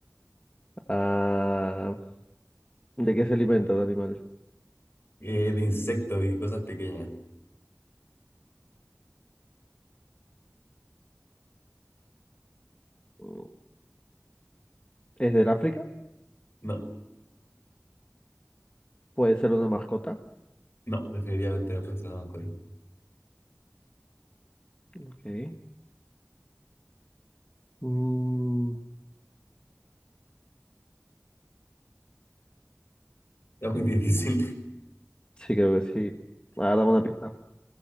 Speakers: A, on the left; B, on the left.
A: Ah, ¿de qué se alimenta el animal?
B: Eh, de insectos y cosas pequeñas.
A: Mm, ¿Es del África?
B: No,
A: Puede ser una mascota.
B: no, definitivamente no puede ser una mascota.
A: Ok. Mm,
B: Está muy difícil.
A: sí, creo que sí. Ahora dame una pista.